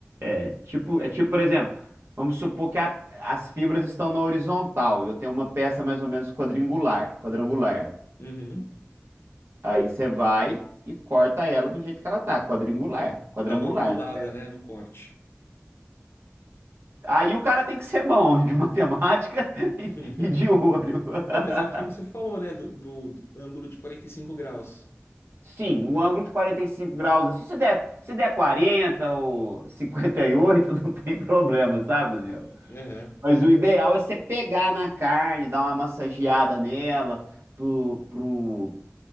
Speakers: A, on the right; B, on the left.
A: É tipo, é tipo, por exemplo, vamos supor que a- as fibras estão na horizontal e eu tenho uma peça mais ou menos quadrangular, quadrangular.
B: Uhum.
A: Aí você vai e corta ela do jeito que ela tá, quadrangular, quadrangular.
B: Dá uma angulada,
A: né?
B: né, no corte.
A: Aí o cara tem que ser bom de matemática <laughs>
B: <laughs>
A: e e de olho. <laughs>
B: Ah, mas é o que você falou, né, do, do- do ângulo de 45 graus.
A: Sim, o ângulo de 45 graus, assim, se der, se der 40 ou 58, <laughs> não tem problema, sabe, Daniel?
B: Uhum. Uhum.
A: Mas o ideal é você pegar na carne, dar uma massageada nela, pro, pro,